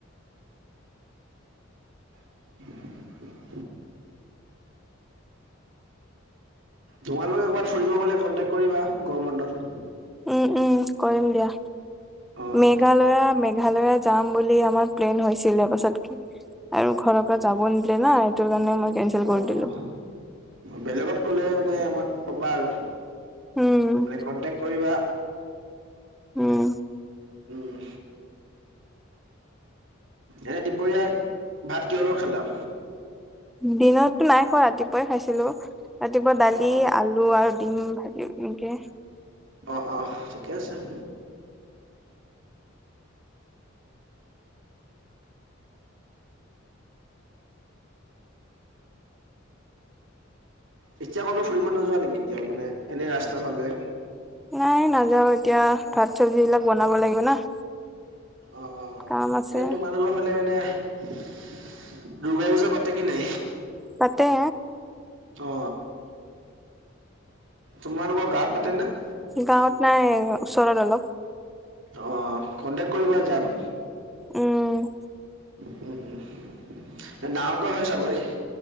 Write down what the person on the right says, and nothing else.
<unintelligible> তোমালোক একবাৰ ফুৰিব গ'লে কন্টেক কৰিবা গৰম বন্ধত।
অ
অ
অ'
বেলেগত কলে মানে আমাক পাবা আৰু।
মানে কন্টেক কৰিবা।
উম এনে দুপৰীয়া ভাত কিহৰ লগত খালা?
অ
অঁ অঁ ঠিকে আছে- এতিয়া আকৌতো ফুৰিব নোযোৱা নেকি এতিয়া মানে এনে ৰাস্তা ফালে-
অ অ অ
এনে তোমালোকৰ ফালে মানে- দুৰ্গা পূজা পাতি কিনে
অ তোমালোকৰ গাৱঁত পাতে না-
অ কণ্টেকট কৰিব যাম-
উম, উম, ডাঙৰকৈ হয় চাগৈ।